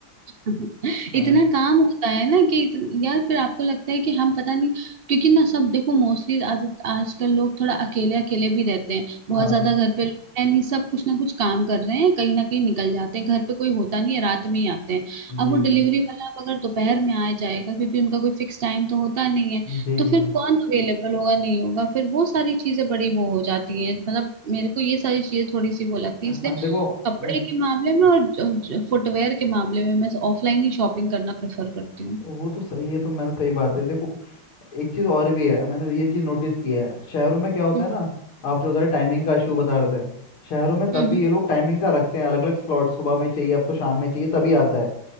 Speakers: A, on the right (about 65°); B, on the left (about 80°).
A: <laughs>
B: हाँ
A: इतना काम होता है ना कि इत- यार फिर आपको लगता है कि हम पता नहीं क्योंकि ना सब देखो मोस्टली आज आजकल लोग थोड़ा अकेले अकेले भी रहते हैं बहुत
B: हाँ
A: ज्यादा घर पे लोग हैं नहीं सब कुछ ना कुछ काम कर रहे हैं कहीं ना कहीं निकल जाते हैं घर पे कोई होता नहीं है रात में ही आते हैं
B: जी
A: अब वो
B: जी
A: डिलीवरी वाला अब अगर दोपहर में आ जाएगा क्योंकि उनका कोई फिक्स टाइम तो होता नहीं है
B: जी
A: तो फिर
B: जी
A: कौन अवेलेबल होगा नहीं होगा फिर वो सारी चीजें बड़ी वो हो जाती हैं मतलब मेरे को ये सारी चीजें थोड़ी सी वो लगती
B: हाँ
A: है इसलिए
B: देखो
A: कपड़े
B: अस-
A: के मामले में और फुटवेयर के मामले में मैं ऑफलाइन ही शॉपिंग करना प्रेफर करती हूँ
B: वो तो सही ये तो मैंने सही बात है देखो एक चीज़ और भी है मैंने ये चीज़ नोटिस की है शहरों में क्या होता
A: हम्म
B: है ना आप जो बता रहे टाइमिंग का इशू बता रहे थे शहरों में तब
A: हम्म
B: भी ये लोग टाइमिंग का रखते हैं अलग अलग स्लॉट सुबह में चाहिए आपको शाम में चाहिए तभी आता है